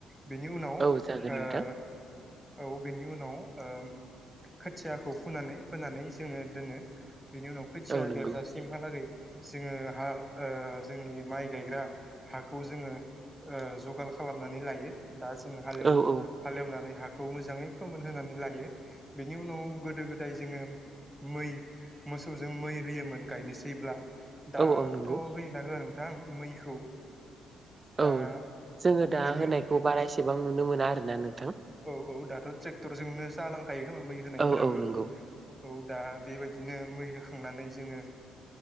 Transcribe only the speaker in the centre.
बेनि उनाव ओ
औ बेनि उनाव ओ खोथियाखौ फुनानै फोनानै जोङो दोनो बिनि उनाव खोथिया
देरजासिमहालागै जोङो हा ओ जोंनि माइ गायग्रा हाखौ जोङो ओ जगाल खालामनानै लायो दा जोंङो हालव
हालेवनानै हाखौ मोजाङै फोमोन होनानै लायो। बेनि उनाव गोदो गोदाय जोङो मै मोसौजों मै होयोमोन गायनोसैब्ला दाबोथ'
होयोना होआ नोंथां मैखौ दा
बेनि
औ औ दाथ' ट्रेक्टरजोंनो जालांखायो खोमा मै होनायफोराबो
औ दा बेबायदिनो मै होखांनानै जोङो